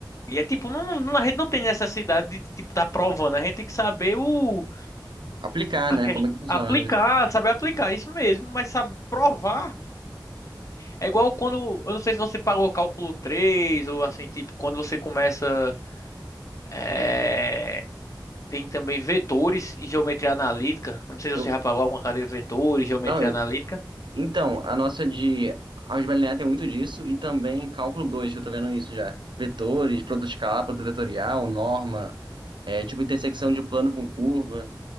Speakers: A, on the left; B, on the right.
A: E é tipo, não, não- a gente não tem necessidade de, tipo, tá provando, a gente tem que saber o,
B: Aplicar,
A: a
B: né?
A: ques-
B: Como é que funciona
A: aplicar,
B: isso?
A: saber aplicar, isso mesmo, mas sabe provar. É igual quando, eu não sei se você pagou cálculo 3 ou assim, tipo, quando você começa. É, Tem também vetores e geometria analítica. Eu Não sei
B: Eu,
A: se você já pagou alguma cadeira de vetores, geometria
B: não,
A: analítica.
B: Então, a nossa de álgebra linear tem muito disso e também cálculo 2 que eu tô vendo isso já. Vetores, produto escalar, produto vetorial, norma, é, tipo intersecção de plano com curva,